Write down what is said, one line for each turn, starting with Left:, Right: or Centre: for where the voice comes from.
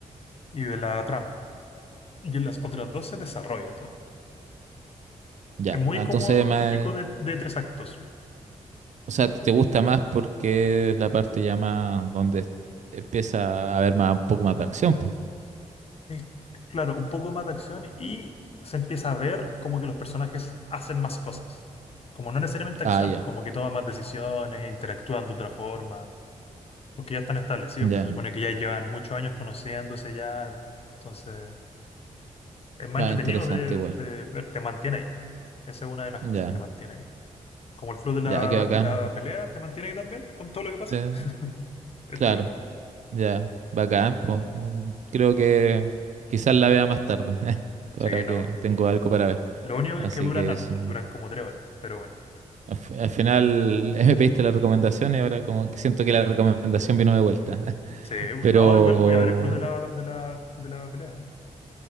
Left: y de la trama. Y en las otras dos se desarrolla todo.
Right: ya.
Left: Es muy
Right: Ah, Entonces,
Left: como
Right: más,
Left: típico de, de tres actos.
Right: o sea, te gusta más porque es la parte ya más donde est- empieza a haber más, un poco más de acción, po.
Left: Es, claro, un poco más de acción y se empieza a ver como que los personajes hacen más cosas. Como no necesariamente acción,
Right: Ah, ya,
Left: como que toman más decisiones, interactúan de otra forma, porque ya están establecidos,
Right: ya.
Left: pues se supone que ya llevan muchos años conociéndose ya. Entonces, es más
Right: Más
Left: entretenido
Right: interesante
Left: de,
Right: igual.
Left: de ver, te mantiene ahí. Esa es una de las
Right: Ya,
Left: cosas, te mantiene ahí. Como el flow de la,
Right: ya, qué bacán.
Left: de la pelea, te mantiene ahí también, con todo lo que pasa.
Right: Eh,
Left: <laughs> Esto
Right: claro,
Left: igual.
Right: ya, bacán, pues. Creo que quizás la vea más tarde, <laughs> ahora
Left: Sí,
Right: que
Left: no.
Right: tengo algo para ver.
Left: Lo único que
Right: Así
Left: es que duran
Right: que
Left: harto,
Right: eso.
Left: duran como tres horas, pero bueno.
Right: Al, fi- al final <laughs> me pediste la recomendación y ahora como que siento que la recomendación vino de vuelta. <laughs>
Left: Sí,
Right: Pero
Left: no, igual voy a ver el club de la, de la, de la pelea. ¿eh?